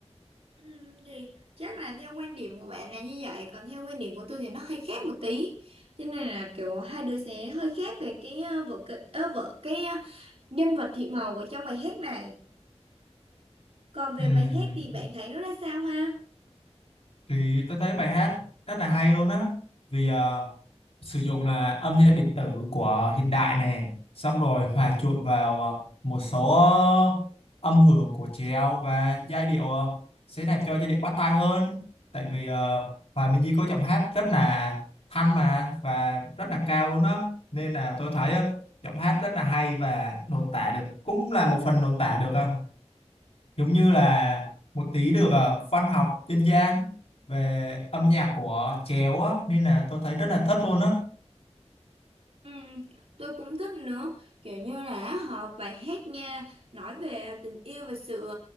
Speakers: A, on the right; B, on the left.
A: ừ, thì chắc là theo quan điểm của bạn là như vậy còn theo quan điểm của tôi thì nó hơi khác một tí cho nên là kiểu hai đứa sẽ hơi khác về cái ờ, vở kịch ờ, vở cái ờ, nhân vật Thị Màu của trong bài hát này Còn về
B: Ừm,
A: bài hát thì bạn thấy nó ra sao ha?
B: thì tôi thấy bài hát rất là hay luôn á vì ờ, sử dụng là âm nhạc điện tử của hiện đại này xong rồi hòa trộn vào ờ, một số ờ, âm hưởng của trèo và giai điệu ờ, sẽ làm cho giai điệu bắt tai hơn tại vì ờ, Hòa Minh Di có giọng hát rất là thanh mà và rất là cao luôn đó nên là tôi thấy ờ, giọng hát rất là hay và nội tả được cũng là một phần nội tả được ờ, giống như là một tí được ờ, văn học dân gian về âm nhạc của trèo á nên là tôi thấy rất là thích luôn á
A: Ừ, tôi cũng thích nữa kiểu như là họ bài hát nha nói về tình yêu và sự